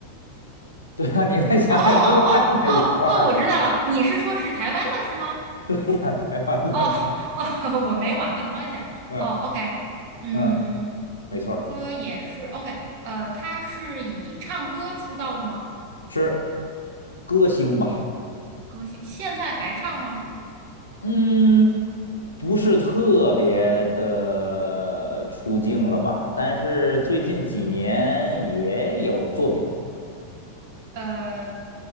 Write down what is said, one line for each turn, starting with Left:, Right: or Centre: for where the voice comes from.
Left: 对啊，你再想想，
Right: 哦哦哦哦哦，
Left: 中国还有哪一块儿吧？
Right: 我知道了，你是说是台湾的是吗？
Left: <laughs> 对呀，台湾的，
Right: 哦哦，<laughs> 我没往那个方向想。
Left: 嗯
Right: 哦，OK，嗯，
Left: 嗯，没错儿，
Right: 就是说也是 OK，呃，他是以唱歌出道的吗？
Left: 是歌星吧？
Right: 歌星现在还唱吗？
Left: 嗯，不是特别的出镜了吧？但是最近几年也有作品。
Right: 呃，